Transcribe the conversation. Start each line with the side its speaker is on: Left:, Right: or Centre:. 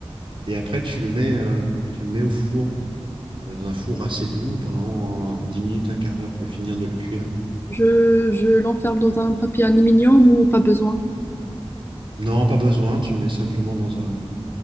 Right: Et après, tu le mets, euh, tu le mets au four, euh, dans un four assez doux pendant euh, 10 minutes, un quart d'heure pour finir de le cuire.
Left: Je, je l'enferme dans un papier aluminium ou pas besoin?
Right: Non, pas besoin, tu le mets simplement dans un...